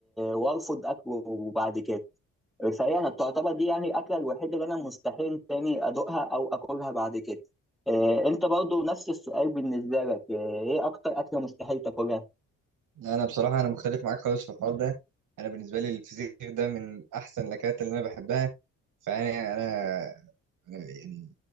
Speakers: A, in the centre; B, on the right (about 70°).
A: وارفض اكله بعد كده فهي انا تعتبر دي يعني الاكله الوحيده اللي انا مستحيل تاني ادوقها او اكلها بعد كده آه، انت برضو نفس السؤال بالنسبه لك آه، ايه اكتر اكله مستحيل تاكلها
B: لا انا بصراحة انا مختلف معاك خالص في الحوار ده انا بالنسبة لي الفسيخ ده من احسن الاكلات اللي انا بحبها فانا انا يعني